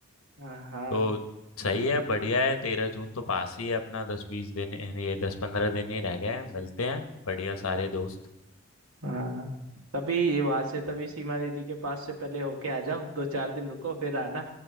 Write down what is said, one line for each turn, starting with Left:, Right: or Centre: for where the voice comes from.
Right: हाँ हाँ
Left: तो सही है बढ़िया है तेरह जून तो पास ही है अपना दस बीस दिन ये दस पंद्रह दिन ही रह गए हैं मिलते हैं बढ़िया सारे दोस्त
Right: हाँ तभी वहां से तभी सीमा दीदी के पास से पहले होके आ जाओ दो चार दिन रुको फिर आना